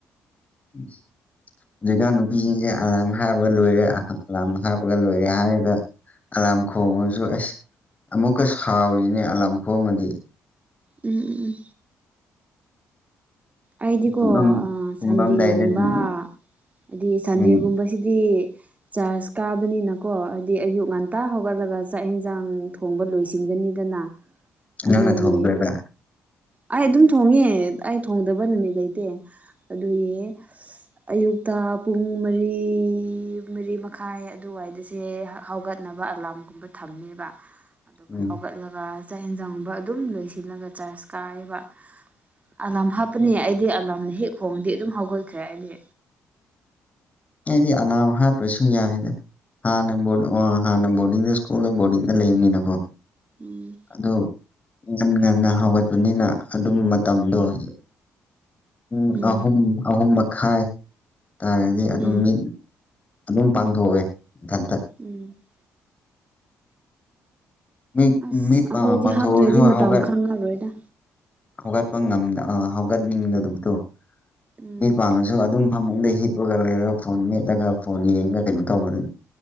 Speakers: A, on the left; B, on the right.
A: ꯎꯝ <unintelligible> <inaudible> ꯍꯧꯖꯤꯛꯀꯥꯟ ꯅꯨꯄꯤꯁꯤꯡꯁꯦ ꯑꯂꯥꯝ ꯍꯥꯞꯄꯒ ꯂꯣꯏꯔꯦ ꯑꯂꯥꯝ ꯍꯥꯞꯄꯒ ꯂꯣꯏꯔꯦ ꯍꯥꯏꯔꯒ ꯑꯂꯥꯝ ꯈꯣꯡꯉꯁꯨ ꯑꯁ ꯑꯃꯨꯛꯀ ꯁꯥꯎꯔꯤꯅꯦ ꯑꯂꯥꯝ ꯈꯣꯡꯉꯗꯤ
B: ꯎꯝ ꯎꯝ ꯎꯝ ꯑꯩꯗꯤꯀꯣ
A: ꯇꯨꯝꯂꯝ
B: ꯑ
A: ꯇꯨꯝꯂꯝꯗꯥꯏꯗꯗꯤ
B: ꯁꯟꯗꯦꯒꯨꯝꯕ ꯍꯥꯏꯗꯤ ꯁꯟꯗꯦꯒꯨꯝꯕꯁꯤꯗꯤ
A: ꯎꯝ
B: ꯆꯥꯔꯖ ꯀꯥꯕꯅꯤꯅꯀꯣ ꯍꯥꯏꯗꯤ ꯑꯌꯨꯛ ꯉꯟꯇꯥ ꯍꯧꯒꯠꯂꯒ ꯆꯥꯛ ꯍꯦꯟꯖꯥꯡ ꯊꯣꯡꯕ ꯂꯣꯏꯁꯤꯟꯒꯅꯤꯗꯅ꯫
A: <unintelligible> <inaudible>
B: ꯑꯗꯨꯒꯤ
A: ꯊꯣꯡꯗꯣꯏꯕ
B: ꯑꯩ ꯑꯗꯨꯝ ꯊꯣꯡꯉꯦ ꯑꯩ ꯊꯣꯡꯗꯕ ꯕ ꯅꯨꯃꯤꯠ ꯂꯩꯇꯦ ꯑꯗꯨꯏ ꯑꯁ ꯑꯌꯨꯛꯇ ꯄꯨꯡ ꯃꯔꯤ ꯃꯔꯤ ꯃꯈꯥꯏ ꯑꯗꯨꯋꯥꯏꯗꯁꯦ ꯍꯧꯒꯠ ꯆꯠꯅꯕ ꯑꯂꯥꯝꯒꯨꯝꯕ ꯊꯝꯃꯦꯕ ꯑꯗꯨꯒ
A: ꯎꯝ
B: ꯍꯧꯒꯠꯂꯒ ꯆꯥꯛ ꯌꯦꯟꯖꯪꯒꯨꯝꯕ ꯑꯗꯨꯝ ꯂꯣꯏꯁꯤꯜꯂꯒ ꯆꯥꯔꯖ ꯀꯥꯏꯕ ꯑꯂꯥꯝ ꯍꯥꯞꯄꯅꯤ ꯑꯩꯗꯤ ꯑꯂꯥꯝꯅ ꯍꯦꯛ ꯈꯣꯡꯉꯗꯤ ꯑꯗꯨꯝ ꯍꯧꯒꯠꯈ꯭ꯔꯦ ꯑꯩꯗꯤ꯫
A: ꯑꯩꯗꯤ ꯑꯅꯥꯝ ꯍꯥꯞꯇ꯭ꯔꯁꯨ ꯌꯥꯏꯗ꯫ ꯍꯥꯟꯅ ꯕꯨꯗ ꯑꯣ ꯍꯥꯟꯅ ꯕꯣꯔꯗꯤꯡꯗ ꯁ꯭ꯀꯨꯜꯗ ꯕꯣꯔꯗꯤꯡꯗ ꯂꯩꯕꯅꯤꯅꯀꯣ
B: ꯎꯝ
A: ꯑꯗꯨ ꯉꯟ ꯉꯟꯅ ꯍꯧꯒꯠꯄꯅꯤꯅ ꯑꯗꯨꯝ ꯃꯇꯝꯗꯣ ꯂ ꯄꯨꯡ
B: ꯎꯝ
A: ꯑꯍꯨꯝ ꯑꯍꯨꯝ ꯃꯈꯥꯏ ꯇꯥꯔꯗꯤ ꯑꯗꯨꯝ
B: ꯎꯝ
A: ꯃꯤꯠ ꯑꯗꯨꯝ ꯄꯥꯡꯊꯣꯛꯑꯦ ꯃꯊꯟꯇ
B: ꯎꯝ <unintelligible> <inaudible>
A: ꯃꯤꯠ ꯃꯤꯠ
B: ꯑꯁ
A: ꯄꯥꯡꯊꯣꯛꯑꯁꯨ
B: ꯑꯩꯈꯣꯏꯗꯤ ꯍꯥꯞꯇ꯭ꯔꯣꯗꯤ ꯃꯇꯝ
A: ꯍꯧꯒꯠ
B: ꯈꯪꯉꯔꯣꯏꯗ
A: ꯍꯧꯒꯠꯄ ꯉꯝꯗ ꯑ ꯍꯧꯒꯠꯅꯤꯡꯗꯗꯨꯞꯗꯣ
B: ꯎꯝ
A: ꯃꯤ ꯄꯥꯡꯉꯁꯨ ꯑꯗꯨꯒ ꯑꯗꯨꯝ ꯐꯃꯨꯡꯗ ꯍꯤꯞꯄꯒ ꯂꯩꯔꯒ ꯐꯣꯟ ꯃꯦꯠꯂꯒ ꯐꯣꯟ ꯌꯦꯡꯉ ꯀꯩꯅꯣ ꯇꯧꯕꯅꯤ